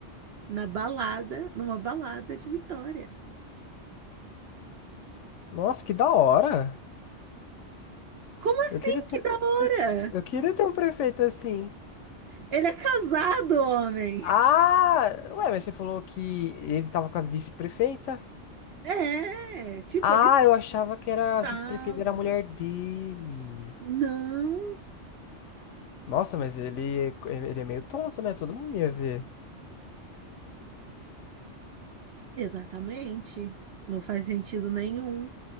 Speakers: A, on the right; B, on the left.
A: na balada, numa balada de Vitória.
B: Nossa, que da hora!
A: Como assim?
B: Eu queria ter,
A: Que da hora!
B: eu, eu queria ter um prefeito assim.
A: Ele é casado, homem!
B: Ah, ué, mas você falou que ele tava com a vice-prefeita?
A: É, tipo,
B: Ah,
A: ele
B: eu achava que era
A: estava.
B: a vice-prefeita, era a mulher dele.
A: Não,
B: Nossa, mas ele, é- ele é meio tonto, né? Todo mundo ia ver.
A: exatamente. Não faz sentido nenhum.